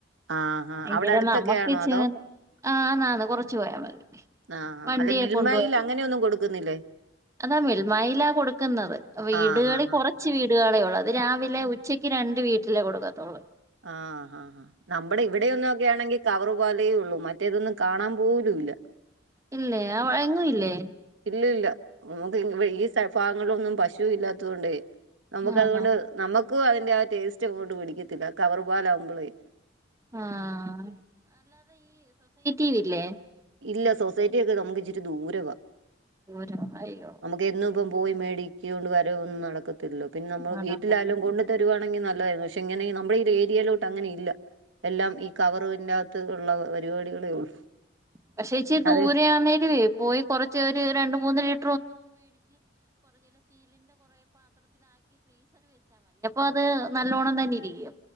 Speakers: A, on the right (about 70°); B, on the right (about 15°).
A: ആഹ് ആഹ്
B: എങ്കിലേ
A: അവിടെ അടുത്തൊക്കെയാണോ
B: നമ്മുക്ക്
A: അതോ
B: ആഹന്നാന്ന് കൊറച്ചു പോയാൽ മതി
A: ആഹ്
B: വണ്ടിയെ
A: അല്ല മിൽമയിൽ
B: കൊണ്ടു പോയാൽ
A: അങ്ങനെയൊന്നും
B: മതി
A: കൊടുക്കുന്നില്ലേ
B: അതാ മിൽമായിലാ കൊടുക്കുന്നത് വീടുകളിൽ
A: ആഹ് ആഹ്
B: കുറച്ച് വീടുകളെയള്ള ള്ള അത് രാവിലെ ഉച്ചക്ക് രണ്ട് വീട്ടിലേ കൊടുക്കാത്തള്ളൂ
A: ആഹ ആ നമ്മുടെ ഇവിടെന്ന ഒക്കെ ആണെങ്കിൽ കവറ് പോലെയേ ഉള്ളൂ മറ്റേതൊന്നും കാണാൻ പോലൂല്ല
B: അല്ലേ ആ വഴങ്ങയില്ലേ
A: ഇല്ലില്ല നമുക്ക് ഈ ഭാഗങ്ങളിലൊന്നും പശു ഇല്ലാത്തത് കൊണ്ട് നമുക്ക്
B: ആഹ്
A: അതുകൊണ്ട് നമ്മക്കും അതിന്റെ ആ ടേസ്റ്റ് അങ്ങോട്ട് പിടിക്കത്തില്ല കവർുപാലാവുമ്പളേ
B: ആഹ് ീവല്ലേ
A: ഇല്ല സൊസൈറ്റി ഒക്കെ നമുക്ക് ഇച്ചിട്ട ദൂരവാ
B: രാ അയ്യോ
A: നമുക്ക് എന്നും ഇപ്പം പോയി മേടിക്ക കൊൊണ്ട് വര ഒന്ന നടക്ക തല്ലോ പിന്നെ നമ്മൾ
B: അതൊക്കെ
A: വീട്ടിലൊലും
B: തന്നെ
A: കൊു തരുുകവാണെങ്കിൽ നല്ലതായിരുന്നു പക്ഷെ ഇങ്ങനെ നമ്മുടെ ഈ രിയയിലോട്ട് അങ്ങനെ ഇല്ല എല്ലാം ഈ കവർ ഇ്കത്ത ഉള്ള പരിപാടികളേ ഉള്ളൂ
B: പക്ഷെ ചച്ചി ദൂരെ
A: അത്
B: ആണേല്േ പോയി കുറച്ച് ഒരു രണ്ട മൂന്ന ര അ ത് നല്ലോണ്ണം തന്നെ ഇരിക്കും